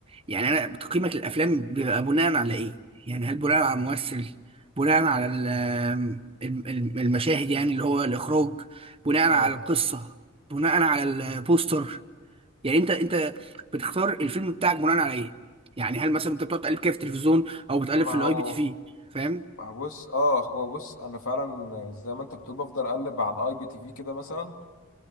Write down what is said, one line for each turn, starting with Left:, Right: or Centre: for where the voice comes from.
Right: يعني انا تقييمك للافلام بيبقى بناء على ايه يعني هل بناء على ممثل بناء على ال- ال- ال- المشاهد يعني اللي هو الاخراج بناء
Left: اه
Right: على القصه بناء على البوستر يعني انت انت بتختار الفيلم بتاعك بناء على ايه يعني هل مثلا انت بتقعد تقلب كده في التلفزيون او بتقلب
Left: ما
Right: في
Left: هو
Right: الاي بي تي في فاهم
Left: ما هو بص اه هو بص انا فعلا زي ما انت بتقول بفضل اقلب على الاي بي تي في كده مثلا